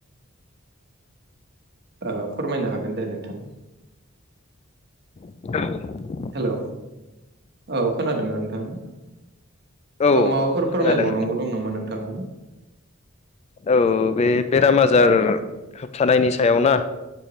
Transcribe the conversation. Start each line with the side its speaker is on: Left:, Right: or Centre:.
Right: ओ-फोरमायनो हागोन दे नोंथां।
Left: औ
Right: हेलौ औ खोनादोंना नोंथां औ
Left: औ
Right: माबाफोर फोरमायबावनांगौ
Left: खोनादों नोंथां
Right: दं नामा नोंथाङा
Left: औ बे बे बेराम आजार होबथानायनि सायाव ना